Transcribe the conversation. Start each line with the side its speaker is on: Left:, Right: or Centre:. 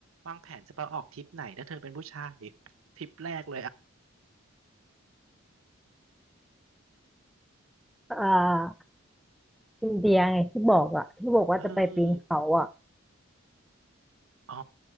Right: วางแผนจะไปออกทริปไหนถ้าเธอเป็นผู้ชายทริปแรกเลยอ่ะ
Centre: อ่าอินเดียไงที่บอกอ่ะที่บอกว่าจะไปปีนเขาอ่ะ
Right: เอออ๋อ